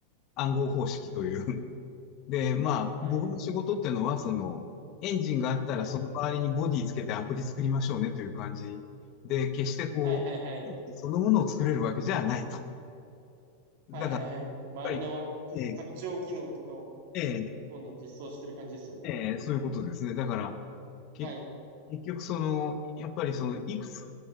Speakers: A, on the left (about 40°); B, on the right (about 65°).
A: 暗号方式という。<laughs> で、まあ僕の仕事ってのはそのエンジンがあったらその代わりにボディつけてアプリ作りましょうねという感じで、
B: はい、はい、
A: 決してこう、
B: はい、はい、はい、
A: エンジンそのものを作れるわけじゃないと。だからやっ
B: はい、はい、はい周りの拡張機能とかを
A: ぱり、ええええ
B: どんどん実装してる感じですよね。
A: ええ、そういうことですね。だから、け、
B: はい、
A: 結局その、やっぱりその、いくつ、